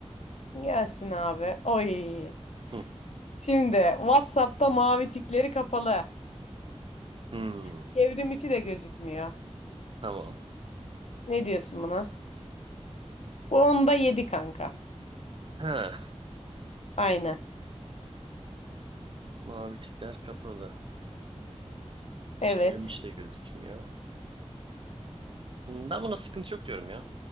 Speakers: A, on the left; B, on the right.
A: Gelsin abi. Oy.
B: Hı.
A: Şimdi WhatsApp'ta mavi tikleri kapalı.
B: Hı.
A: Çevrim içi de gözükmüyor.
B: Tamam.
A: Ne diyorsun buna? Bu onda yedi kanka.
B: Ha.
A: Aynen.
B: Mavi tikler kapalı.
A: Evet.
B: Çevirmiş de gözükmüyor. Hmm, Ben buna sıkıntı yok diyorum ya.